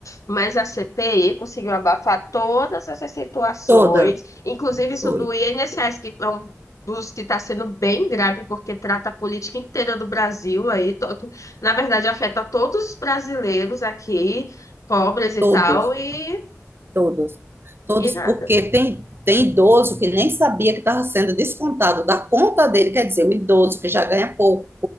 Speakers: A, on the left (about 75°); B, on the right (about 45°).
A: Mas a CPI conseguiu abafar todas essas situações,
B: Toda,
A: inclusive isso
B: foi,
A: do INSS, que é um dos que está sendo bem grave, porque trata a política inteira do Brasil aí, todo, na verdade afeta todos os brasileiros aqui, pobres e
B: todos.
A: tal, e,
B: Todos. Todos,
A: e nada.
B: porque tem, tem idoso que nem sabia que estava sendo descontado da conta dele, quer dizer, o idoso que já ganha pouco